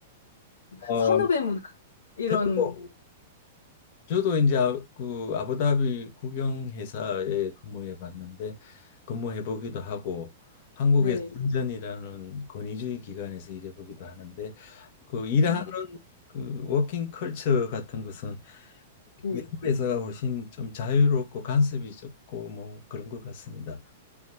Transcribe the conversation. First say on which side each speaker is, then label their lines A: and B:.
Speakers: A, on the left (about 50°); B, on the left (about 75°).
A: 어,
B: 선후배 문화 이런
A: 저도 저도 이제 아- 그 아부다비 국영 회사에 근무해 봤는데 근무해 보기도 하고 한국의
B: 네.
A: 선전이라는 권위주의 기관에서 일해 보기도 하는데 그 일하는
B: 어,
A: 그 워킹 컬처 같은 것은
B: 네.
A: 외국 회사가 훨씬 좀 자유롭고 간섭이 적고 뭐 그런 것 같습니다.